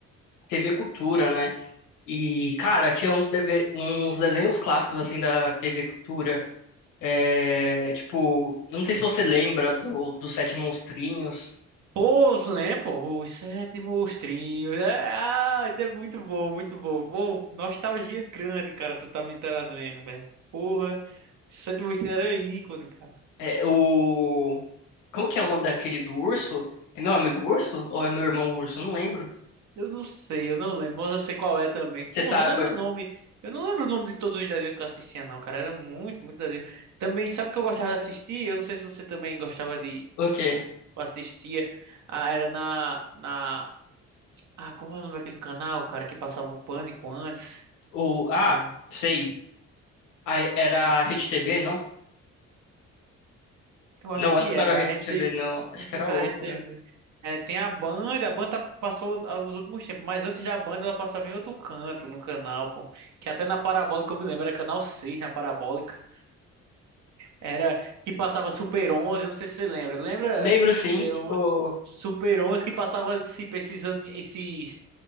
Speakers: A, on the left; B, on the right.
A: TV Cultura, né? E, cara, tinha uns, deve- uns desenhos clássicos, assim, da TV Cultura. É, tipo, eu não sei se você lembra do, dos Sete Monstrinhos.
B: Pô, os Lempo, os sétimos trios. Ah, é muito bom, muito bom. Pô, nostalgia grande, cara, tu tá me trazendo, velho. Porra, sete trios era ícone, cara.
A: É, o... Como que é o nome daquele do urso? É meu amigo urso? Ou é meu irmão urso? Eu Não lembro.
B: Eu não sei, eu não lembro, mas eu sei qual é também.
A: Você
B: Pô,
A: sabe
B: não lembro o nome. Eu não lembro o nome de todos os desenhos que eu assistia, não, cara. Era muito, muito desenho. Também, sabe o que eu gostava de assistir? Eu não sei se você também gostava de,
A: o quê?
B: tipo, assistia. Ah, era na, na Ah, como é o nome daquele canal, cara, que passava o Pânico antes?
A: O... Ah,
B: É,
A: sei. Ah, é, era
B: n-
A: a Rede TV, não?
B: eu acho
A: Não,
B: que
A: acho que
B: era
A: não era a Rede
B: a RedeTV.
A: TV, não. Acho
B: Não
A: que
B: sei
A: era
B: se era
A: outra.
B: a RedeTV. É, tem a Band, a Band tá- passou ah, os últimos tempos, mas antes da Band ela passava em outro canto no canal, pô. Que até na Parabólica eu me lembro, era canal 6 na Parabólica. Era que passava Super 11, eu não sei se você lembra. Lembra
A: Lembro sim,
B: Super
A: tipo.
B: 11? Super 11 que passava se esses, ani- esses,